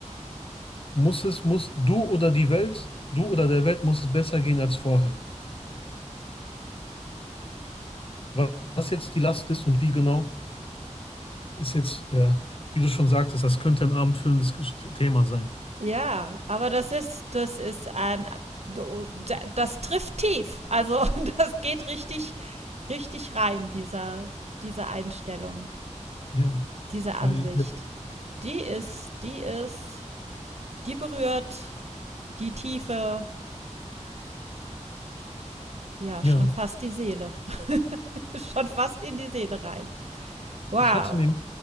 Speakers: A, on the left (about 45°); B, on the right (about 60°).
A: muss es, muss du oder die Welt, du oder der Welt muss es besser gehen als vorher. Wa- Was jetzt die Last ist und wie genau, ist jetzt, äh, wie du schon sagtest, das könnte ein abendfüllendes Ges- Thema sein.
B: Ja, aber das ist das ist ein so, da- das trifft tief. Also <laughs> das geht richtig richtig rein dieser diese Einstellung,
A: Ja,
B: diese Ansicht.
A: weil,
B: Die ist die ist die berührt die Tiefe, ja,
A: ja,
B: schon fast die Seele. <laughs> Schon fast in die Seele rein. Wow.
A: ich hatte nämlich,